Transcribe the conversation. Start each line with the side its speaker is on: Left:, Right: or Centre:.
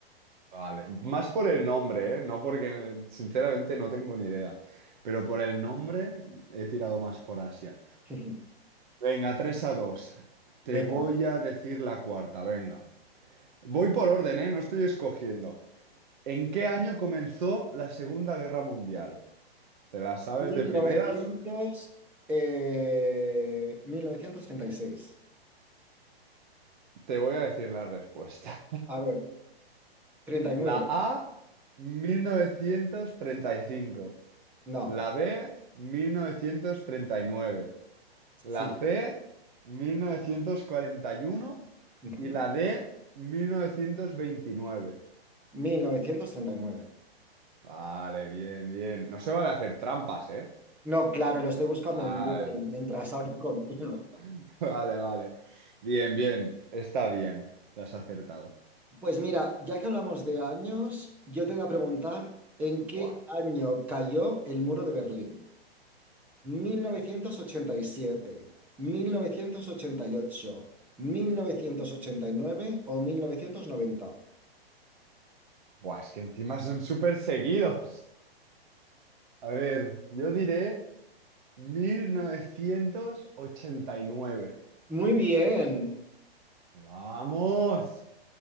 Right: Vale, más por el nombre, ¿eh? No porque sinceramente no tengo ni idea, pero por el nombre he tirado más por Asia.
Centre: <laughs>
Right: Venga, 3 a dos Te
Centre: Venga.
Right: voy a decir la cuarta, venga. Voy por orden, ¿eh? No estoy escogiendo. ¿En qué año comenzó la Segunda Guerra Mundial? ¿Te la sabes
Centre: 1900,
Right: de primeras?
Centre: eh, mil novecientos treinta y seis
Right: Te voy a decir las respuestas.
Centre: A ver, treinta y nueve
Right: La A, mil novecientos treinta y cinco,
Centre: No,
Right: La B, mil novecientos treinta y nueve, La
Centre: sí.
Right: C, mil novecientos cuarenta Y uno
Centre: Ujú.
Right: y la D, 1929.
Centre: mil novecientos treinta y nueve
Right: Vale, bien, bien. No se vale hacer trampas, ¿eh?
Centre: No, claro, lo estoy buscando
Right: Vale,
Centre: en Google mientras hablo <laughs> contigo.
Right: <laughs> vale, vale. Bien, bien. Está bien. Lo has acertado.
Centre: Pues mira, ya que hablamos de años, yo te voy a preguntar en qué
Right: Buah.
Centre: año cayó el muro de Berlín. mil mil mil novecientos novecientos novecientos ochenta ochenta y y siete ocho mil novecientos ochenta y nueve o mil novecientos noventa
Right: Buah, es que encima son súper seguidos. A ver, yo diré 1989.
Centre: Muy bien.
Right: Vamos.